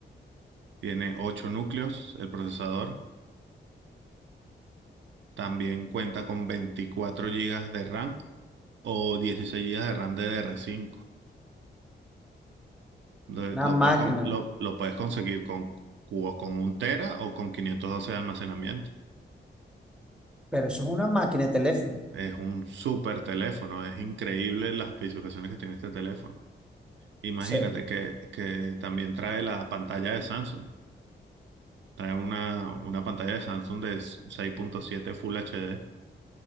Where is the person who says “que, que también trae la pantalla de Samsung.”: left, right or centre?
Right